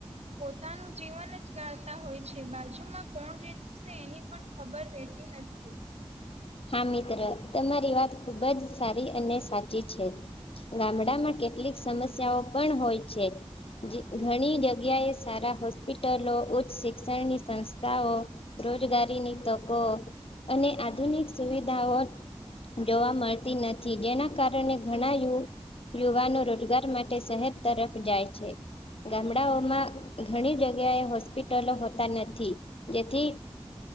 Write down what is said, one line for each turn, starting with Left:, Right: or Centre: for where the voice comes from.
Right: પોતાનું જીવન જ ગાળતા હોય છે બાજુમાં કોણ રીત એની પણ ખબર રહેતી નથી
Left: હા મિત્ર તમારી વાત ખુબ જ સારી અને સાચી છે ગામડામાં કેટલીક સમસ્યાઓ પણ હોય છે ઘણી જગ્યાએ સારા હોસ્પિટલો ઉચ્ચ શિક્ષણની સંસ્થાઓ રોજગારીની તકો અને આધુનિક સુવિધાઓ જોવા મળતી નથી જેના કારણે ઘણા યુવાનો રોજગાર માટે શહેર તરફ જાય છે ગામડાઓમાં ઘણી જગ્યાએ હોસ્પિટલો હોતા નથી જેથી